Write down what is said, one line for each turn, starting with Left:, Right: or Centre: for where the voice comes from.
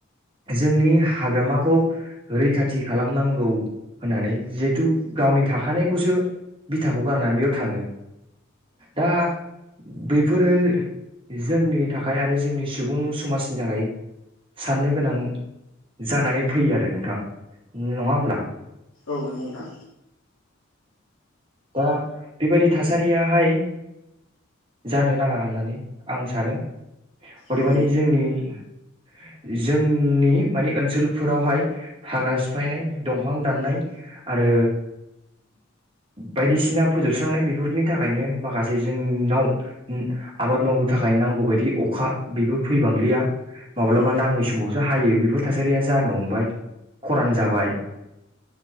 Right: जोंनि हाग्रामाखौ रैखाथि खालामनांगौ होननानै जिहेथु गावनि थाखानायखौसो बिथाखौ गारनानै बेयाव थाङो दा बेफोरो जोंनि थाख थाखाय आरो जोंनि सुबुं समाजनि थाखाय साननो गोनां जानानै फैयो आरो नोंथां नङा होमब्ला,
Left: औ नंगौ नोंथां
Right: दा बेबायदि थासारियाहाय जानो नाङा होननानै आं सानो अदेमानि
Left: औ
Right: जोंनि, जोंनि मानि ओनसोलफोरावहाय हाग्रा सिफायनाय दंफां दाननाय आरो बायदिसिना फोजोबस्रांनाय बेफोरनि थाखायनो माखासे जोंनाव आबाद मावनो थाखाय नांगौ बायदि, अखा बेबो फैबांलिया माब्लाबा
Left: औ
Right: नाङै समावसो हायो बेफोर थासारिया जानो हमबाय, खरान जाबाय